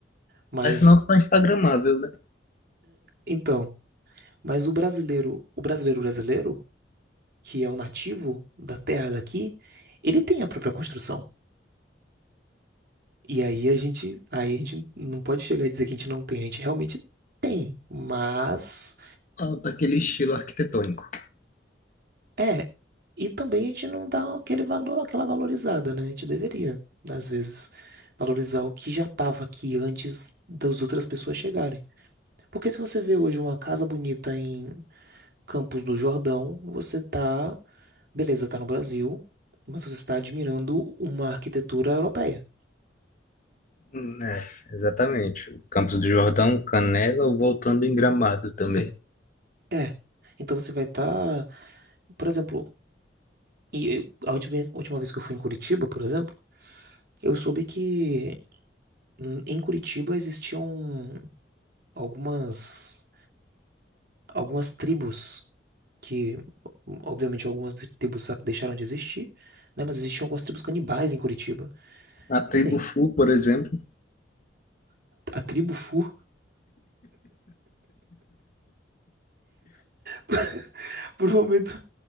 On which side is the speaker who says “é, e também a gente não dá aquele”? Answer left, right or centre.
Right